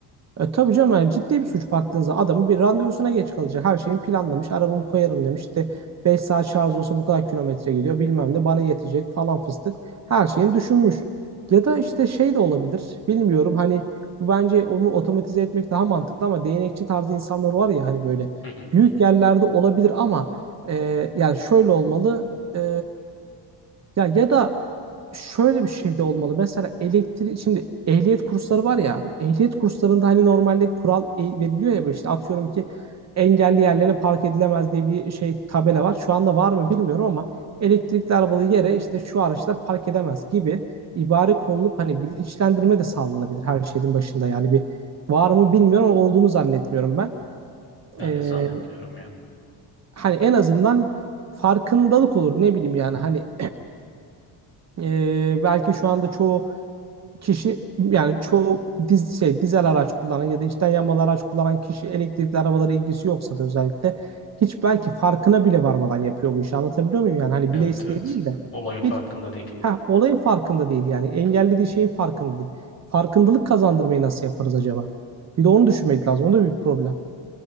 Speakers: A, on the right (about 35°); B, on the left (about 30°).
A: E tabii canım yani ciddi bir suç baktığınızda adamın bir randevusuna geç kalacak. Her şeyini planlamış. Arabamı koyarım demiş. İşte 5 saat şarj olsa bu kadar kilometre gidiyor. Bilmem ne bana yetecek falan fıstık. Her şeyini düşünmüş. Ya da işte şey de olabilir. Bilmiyorum hani bu bence onu otomatize etmek daha mantıklı ama değnekçi tarzı insanlar var ya hani böyle
B: Hı hı,
A: büyük
B: hı hı.
A: yerlerde olabilir ama e, yani şöyle olmalı. E, ya ya da şöyle bir şey de olmalı. Mesela elektrik şimdi ehliyet kursları var ya abi. Ehliyet kurslarında hani normalde kural e- veriliyor ya işte atıyorum ki engelli yerlerine park edilemez diye bir şey tabela var. Şu anda var mı bilmiyorum ama elektrikli arabalı yere işte şu araçlar park edemez gibi ibare konulup hani bilinçlendirme de sağlanabilir her şeyin başında. Yani bir var mı bilmiyorum ama olduğunu zannetmiyorum ben.
B: Ben
A: Ee,
B: de zannetmiyorum ya.
A: hani en azından farkındalık olur ne bileyim yani hani e, belki şu anda çoğu kişi yani çoğu diz, şey, dizel araç kullanan ya da içten yanmalı araç kullanan kişi elektrikli arabalara ilgisi yoksa da özellikle hiç belki farkına bile varmadan yapıyor bu işi anlatabiliyor muyum yani hani
B: Evet
A: bile isteği
B: evet.
A: değil de
B: Olayın farkında
A: hiç
B: değil.
A: heh, olayın farkında değil yani engellediği şeyin farkında değil. Farkındalık kazandırmayı nasıl yaparız acaba? Bir de onu düşünmek lazım. O da bir problem.